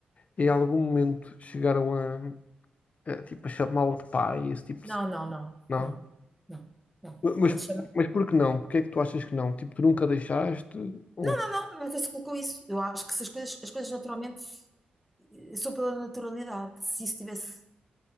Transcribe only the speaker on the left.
em algum momento chegaram a, a, tipo, a chamá-lo de pai, esse tipo
de cena?
Não.
Mas,
mas por que não? Porque é que tu achas que não? Tipo, tu nunca deixaste? Ou,